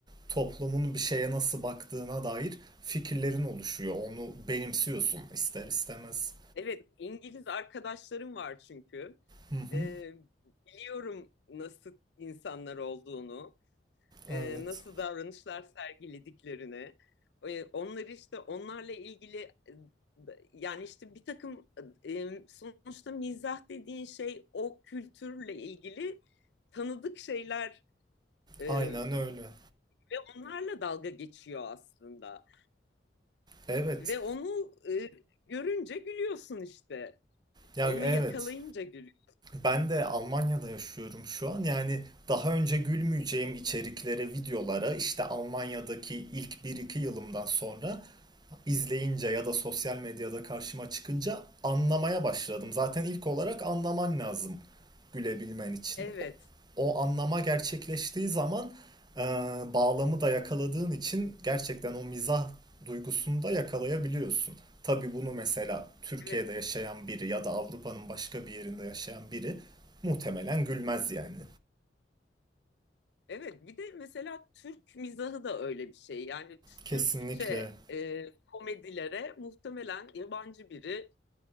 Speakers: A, on the right; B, on the left.
A: toplumun bir şeye nasıl baktığına dair fikirlerin oluşuyor. Onu benimsiyorsun ister istemez.
B: Evet, İngiliz arkadaşlarım var çünkü.
A: Hı hı.
B: Ee, biliyorum nasıl insanlar olduğunu, e,
A: Evet.
B: nasıl davranışlar sergilediklerini. Ee, onları işte onlarla ilgili e, yani işte bir takım e, sonuçta mizah dediğin şey o kültürle ilgili tanıdık şeyler e,
A: Aynen öyle.
B: ve onlarla dalga geçiyor aslında.
A: Evet.
B: Ve onu e, görünce gülüyorsun işte.
A: Yani
B: Onu
A: evet.
B: yakalayınca gülüyorsun.
A: Ben de Almanya'da yaşıyorum şu an. Yani daha önce gülmeyeceğim içeriklere, videolara işte Almanya'daki ilk bir iki yılımdan sonra izleyince ya da sosyal medyada karşıma çıkınca anlamaya başladım. Zaten ilk olarak anlaman lazım gülebilmen için.
B: Evet,
A: O, o anlama gerçekleştiği zaman e, bağlamı da yakaladığın için gerçekten o mizah duygusunu da yakalayabiliyorsun. Tabii bunu mesela Türkiye'de
B: evet,
A: yaşayan biri ya da Avrupa'nın başka bir yerinde yaşayan biri muhtemelen gülmez yani.
B: evet. Bir de mesela Türk mizahı da öyle bir şey. Yani
A: Kesinlikle,
B: Türkçe e, komedilere muhtemelen yabancı biri